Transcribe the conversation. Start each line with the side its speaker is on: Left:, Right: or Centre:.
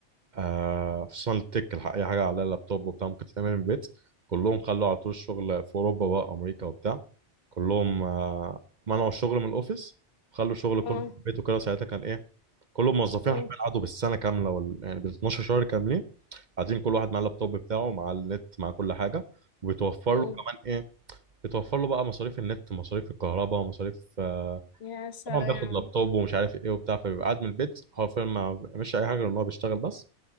Right: آه خصوصا التك الح- اي حاجة على اللابتوب وبتاع ممكن تتعمل من البيت كلهم خلوا على طول الشغل في اوروبا بقى امريكا وبتاع كلهم آه منعوا الشغل من الاوفيس وخلوا الشغل
Left: اه
Right: كله في البيت وكده ساعتها كان ايه كل الموظفين
Left: اه
Right: حرفيا قعدوا بالسنة كاملة وال... يعني بال 12 شهر كاملين قاعدين كل واحد مع اللابتوب بتاعه مع النت مع كل حاجه وبيتوفر
Left: اه
Right: له كمان ايه بيتوفر له بقى مصاريف النت مصاريف الكهرباء ومصاريف آه،
Left: يا سلام
Right: طبعا بياخد لابتوب ومش عارف ايه وبتاع فبيبقى قاعد من البيت حرفيا ما مش اي حاجه غير ان هو بيشتغل بس